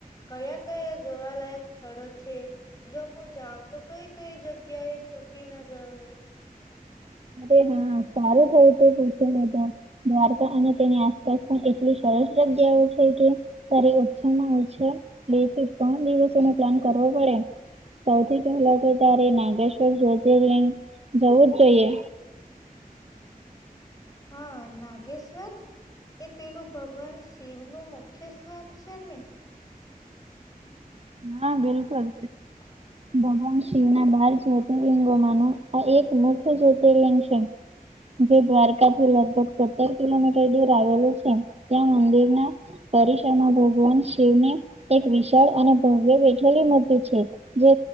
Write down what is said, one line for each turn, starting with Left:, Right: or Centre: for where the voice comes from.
Left: કયા કયા જોવાલાયક સ્થળો છે જો હું જાઉં તો કઈ કઈ જગ્યા એ ચૂકી ના જવા??
Right: અરે હા સારું થયું તો પૂછે લ ત દ્વારકા અને તેની આસપાસ પણ એટલું સરસ લ્યા હોય છે. ત્યારે ઉછામાં ઉછા બે થી ત્રણ દિવસો ન પ્લાન કરવો પડે. સૌથી પહેલા તો ત્યારે નાગેશ્વર જ્યોતિર્લિંગ જવું જ જોઈએ.
Left: હા નાગેશ્વર. એ પેલું ભગવાન શિવ નું મુખ્ય સ્થાન છે ને.
Right: હા બિલકુલ.
Left: હ
Right: ભગવાન શિવ ના બાર જ્યોતિર્લિંગોમાં ન આ એક મુખ્ય જ્યોતિર્લિંગ છે. જે દ્વારકાલ લગ સત્તર કિલોમીટર દૂર આવેલું છે. ત્યાં મંદિરના પરિસરમાં ભગવાન જવને એક વિશાળ અને ભવ્ય બેઠેલી મ છે. જે